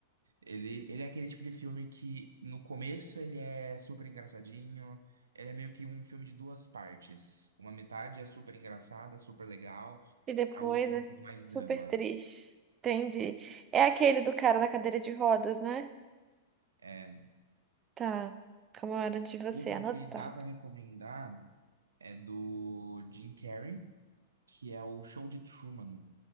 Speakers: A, on the right (about 80°); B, on the right (about 30°).
A: Ele, ele é aquele tipo de filme que no começo ele é super engraçadinho. Ele é meio que um filme de duas partes. Uma metade é super engraçada, super legal.
B: E depois
A: A outra
B: é
A: é um pouco mais
B: super
A: drama.
B: triste. Entendi. É aquele do cara na cadeira de rodas, né?
A: É,
B: Tá. Como eu era de você,
A: outro
B: anotado.
A: que dá pra recomendar é do Jim Carrey. que é o show de Truman,